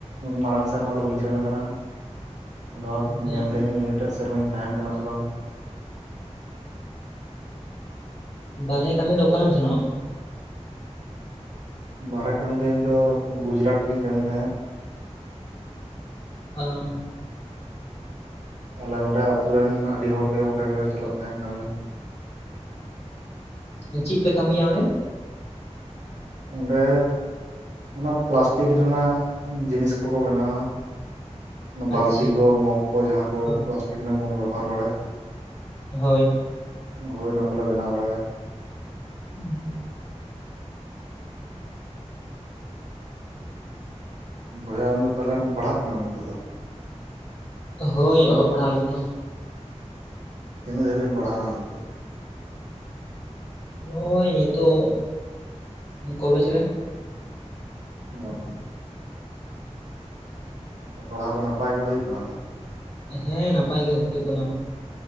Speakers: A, on the right; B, on the left.
A: ᱢᱟᱲᱟᱝ ᱥᱮᱨᱢᱟ ᱫᱚ ᱵᱟᱹᱧ ᱥᱮᱱ ᱠᱟᱱᱟ ᱦᱟᱸᱜ᱾ ᱟᱫᱚ
B: ᱦᱮᱸ
A: ᱧᱮᱞ ᱫᱟᱹᱧ ᱱᱤᱭᱟᱹᱴᱟᱜ ᱥᱮᱨᱢᱟᱧ ᱛᱟᱸᱦᱮᱱ ᱠᱟᱱᱟ ᱥᱮ ᱵᱟᱝ?
B: ᱵᱟᱨᱦᱮ ᱠᱟᱹᱢᱤ ᱫᱚ ᱚᱠᱟᱨᱮᱢ ᱥᱮᱱᱚᱜᱼᱟ?
A: ᱵᱟᱨᱦᱮ ᱠᱟᱹᱢᱤ ᱫᱚ ᱤᱧ ᱫᱚ ᱜᱩᱡᱽᱨᱟᱴ ᱨᱮᱧ ᱠᱟᱹᱢᱤ ᱛᱟᱦᱮᱸᱜ᱾
B: ᱟᱸᱻ
A: ᱟᱞᱮ ᱱᱚᱰᱮ ᱟᱹᱛᱩ ᱨᱮᱱ ᱟᱹᱰᱤ ᱦᱚᱲ ᱜᱮ ᱚᱸᱰᱮ ᱜᱮᱞᱮ ᱪᱟᱞᱟᱜ ᱛᱟᱦᱮᱸᱜ ᱠᱟᱹᱢᱤ᱾
B: ᱚ ᱪᱤᱜ ᱯᱮ ᱠᱟᱹᱢᱤᱭᱟ ᱚᱱᱰᱮ?
A: ᱚᱱᱰᱮ ᱚᱱᱟ ᱯᱞᱟᱥᱴᱤᱠ ᱨᱮᱱᱟᱜ ᱡᱤᱱᱤᱥ ᱠᱚ ᱠᱚ ᱵᱮᱱᱟᱣᱟ᱾
B: ᱟᱪᱪᱷᱟ
A: ᱵᱟᱹᱞᱛᱤ ᱠᱚ ᱢᱚᱜᱽ ᱠᱚ ᱡᱟᱦᱟᱸ ᱠᱚ
B: ᱚ,
A: ᱯᱞᱟᱥᱴᱤᱠ ᱨᱮᱱᱟᱜ ᱵᱚᱱ ᱵᱮᱵᱚᱦᱟᱨ ᱵᱟᱲᱟᱭ᱾
B: ᱦᱳᱭ᱾
A: ᱦᱳᱭ ᱚᱱᱟ ᱠᱚᱞᱮ ᱵᱮᱱᱟᱣ ᱵᱟᱲᱟᱭᱟ᱾
B: <inaudible>
A: ᱵᱚᱭᱦᱟ ᱟᱢᱫᱚ ᱛᱟᱦᱚᱞᱮᱢ ᱯᱟᱲᱦᱟᱜ ᱠᱟᱱᱟ ᱱᱤᱛᱚᱜ ᱫᱚ?
B: ᱦᱳᱭ ᱚᱞᱚᱜ ᱯᱟᱲᱦᱟᱣ ᱦᱩᱭᱩᱜ ᱠᱟᱱᱟ᱾
A: ᱛᱤᱱᱟᱹᱜ ᱫᱷᱟᱹᱵᱤᱡ ᱵᱮᱱ ᱯᱟᱲᱦᱟᱣᱱᱟ ᱱᱤᱛᱚᱜ ᱛᱮ?
B: ᱱᱚᱜᱼᱚᱭ ᱱᱤᱛᱳᱜ ᱠᱚᱞᱮᱡᱽ ᱨᱮ᱾
A: ᱚᱸ ᱯᱟᱲᱦᱟᱣ ᱠᱚ ᱱᱟᱯᱟᱭ ᱜᱮ ᱦᱩᱭᱩᱜ ᱠᱟᱱᱟ ᱛᱚ᱾
B: ᱦᱮᱸ ᱱᱟᱯᱟᱭ ᱜᱮ ᱦᱩᱭᱩᱜ ᱠᱟᱱᱟ᱾